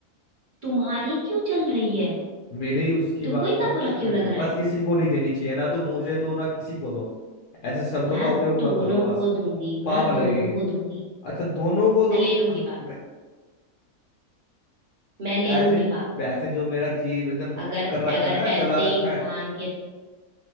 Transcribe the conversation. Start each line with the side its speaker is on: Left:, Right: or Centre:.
Right: तुम्हारी क्यों चल रही है
Left: मेरी उसकी
Right: तुमको
Left: बात
Right: इतना
Left: पे नहीं चल
Right: बुरा क्यों
Left: रही
Right: लग रहा
Left: बस
Right: है
Left: किसी को नहीं देनी चाहिए ना तो मुझे दो ना किसी को दो ऐसे शब्दों
Right: मैं
Left: का उपयोग मत
Right: दोनों
Left: करो बस
Right: को दूंगी
Left: पाप
Right: मैं
Left: लगेगी
Right: दोनों को दूंगी
Left: अच्छा दोनों को दोगे
Right: मैं ले लूंगी
Left: हम-
Right: पाप
Left: मैं-
Right: मैं ले
Left: ऐसे
Right: लूंगी पाप
Left: वैसे जो मेरा जी एकदम
Right: अगर
Left: कर रखा
Right: अगर
Left: है ना
Right: ऐसे
Left: जला रखा
Right: इंसान
Left: है
Right: के